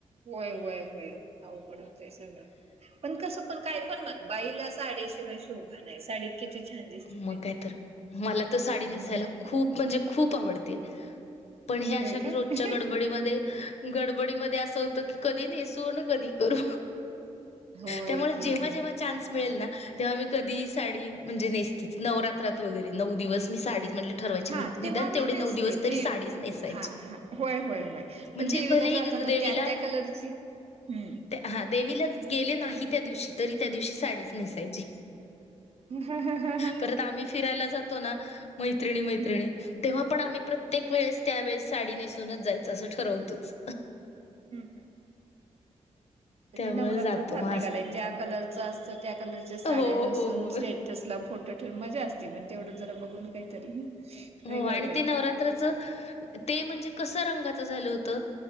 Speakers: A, on the right; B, on the left.
A: होय होय होय. अवघडचे सगळं. पण कसं पण काय पण म्हण बाईला साडी शिवाय शोभा नाही. साडीत किती छान दिसते
B: मग
A: बाई
B: काय तर. मला तर साडी
A: हम्म
B: नेसायला खूप म्हणजे खूप खूप आवडते. पण हे अशा
A: होय काय
B: रोजच्या गडबडीमध्ये गडबडीमध्ये असं होतं की कधी नेसू आणि कधी करू?
A: होय
B: त्यामुळे जेव्हा
A: की
B: जेव्हा चान्स मिळेल ना तेव्हा मी कधी साडी म्हणजे नेसतेच. नवरात्रात वगैरे. नऊ दिवस मी साडी म्हणल ठरवायची.
A: हा
B: निदान
A: तेव्हा मी
B: तेवढे
A: नेसते
B: नऊ दिवस तरी
A: देव
B: साडीच नेसायची.
A: हा हा होय होय होय
B: म्हणजे
A: पण देवीला
B: भलेही
A: जाताना
B: देवीला.
A: त्या त्या कलरची हम्म
B: त्या. हा. देवीला गेले नाही त्या दिवशी. तरी त्या दिवशी साडीच नेसायची.
A: ह ह ह हं <unintelligible>
B: परत आम्ही फिरायला जातो ना. मैत्रिणी मैत्रिणी.
A: हम्म
B: तेव्हा पण आम्ही प्रत्येक वेळेस. त्यावेेळेस साडी नेसूनच जायचं असं ठरवतोच.
A: हम्म हम्म.
B: त्यामुळे
A: ते नवरात्र
B: जातो
A: फार
B: मस्त.
A: निघालाय. ज्या कलर असत. त्या कलरच्या साड्या
B: हो
A: नेसून.
B: हो हो.
A: स्टेटस ला फोटो ठेवून. मजा असत. पण. तेवढं जरा बघून काहीतरी. वेगळं
B: हो आणि
A: काहीतरी
B: ते नवरात्राच. ते म्हणजे कसं रंगाचं झालं होतं.